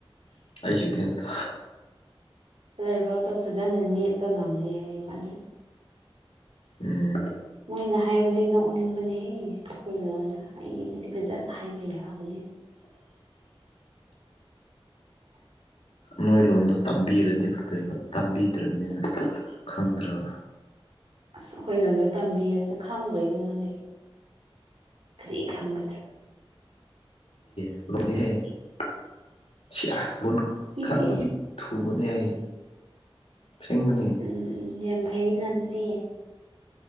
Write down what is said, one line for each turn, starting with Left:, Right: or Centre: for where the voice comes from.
Left: ꯑꯩꯁꯨꯒꯦꯦꯟꯗ
Right: ꯂꯩꯕꯥꯛꯇꯣ ꯐꯖꯅ ꯅꯦꯠꯄ ꯉꯝꯗꯦ ꯍꯥꯏꯌꯦꯕ ꯑꯗꯨ
Left: ꯎꯝ
Right: ꯃꯣꯏꯅ ꯍꯥꯏꯕꯗꯤ ꯅꯣꯛꯅꯤꯡꯕꯅꯦꯍꯦ ꯑꯈꯣꯏ ꯂꯣꯟꯗ ꯑꯩꯕꯨꯗꯤ ꯐꯖꯅ ꯍꯥꯏꯕ ꯌꯥꯕꯅꯦ꯫ <unintelligible>
Left: <unintelligible> ꯅꯣꯏ ꯂꯣꯟꯗꯣ ꯇꯝꯕꯤꯔꯗꯤ ꯐꯗꯣꯏꯕ꯫ ꯇꯝꯕꯤꯗ꯭ꯔꯕꯅꯤꯅ ꯈꯪꯗ꯭ꯔꯕ꯫
Right: ꯑꯁ ꯑꯩꯈꯣꯏ ꯅꯣꯟꯗꫭ ꯇꯝꯕꯤꯔꯁꯨ ꯈꯪꯔꫭꯏꯅꯦ ꯅꯪꯗꯤ꯫ ꯀ꯭ꯔꯦ ꯈꯪꯒꯗ꯭ꯔ꯫
Left: <unintelligible> ꯁꯤꯌꯥ꯫ ꯂꯣꯟ
Right: ꯏꯁ
Left: ꯈꯪꯕꯗꯤ
Right: ꯏꯁ
Left: ꯊꯨꯕꯅꯦ ꯑꯩ꯫ ꯑꯁꯦꯡꯕꯅꯦ
Right: ꯎꯝ ꯎꯝ ꯌꯥꯝ ꯐꯩꯅ ꯑꯗꯨꯗꯤ꯫